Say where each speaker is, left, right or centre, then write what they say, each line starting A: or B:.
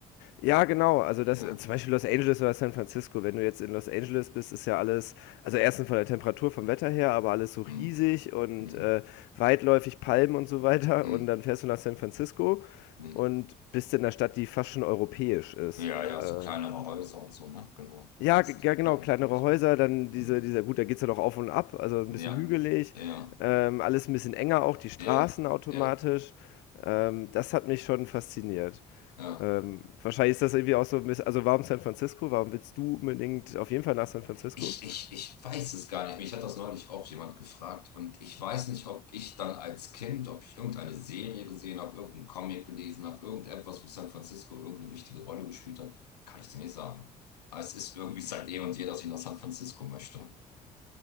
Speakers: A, on the left (about 65°); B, on the left (about 85°).
A: Ja, genau. Also das,
B: Ja.
A: äh, zum Beispiel Los Angeles oder San Francisco. Wenn du jetzt in Los Angeles bist, ist ja alles, also erstens von der Temperatur, vom Wetter her, aber alles so riesig
B: Hm,
A: und
B: hm,
A: äh, weitläufig Palmen und so weiter.
B: hm,
A: Und dann fährst du nach San Francisco
B: hm.
A: und bist in einer Stadt, die fast schon europäisch ist.
B: Ja, ja,
A: Äh,
B: so kleinere Häuser und so, ne? Genau.
A: ja,
B: Ist
A: g- ja, genau,
B: gar
A: kleinere
B: nicht, gar nicht,
A: Häuser,
B: gar nicht.
A: dann diese,
B: Hm.
A: dieser, gut, da geht's ja doch auf und ab, also ein bisschen
B: Ja,
A: hügelig,
B: ja,
A: ähm, alles ein bisschen enger auch, die Straßen
B: ja,
A: automatisch.
B: ja,
A: Ähm, das hat mich schon fasziniert.
B: ja.
A: Ähm, wahrscheinlich ist das irgendwie auch so, also warum San Francisco? Warum willst du unbedingt auf jeden Fall nach San Francisco?
B: Ich, ich, ich weiß es gar nicht. Mich hat das neulich auch jemand gefragt und ich weiß nicht, ob ich dann als Kind, ob ich irgendeine Serie gesehen habe, irgendeinen Comic gelesen habe, irgendetwas, wo San Francisco irgendeine wichtige Rolle gespielt hat, kann ich dir nicht sagen. Aber es ist irgendwie seit eh und je, dass ich nach San Francisco möchte.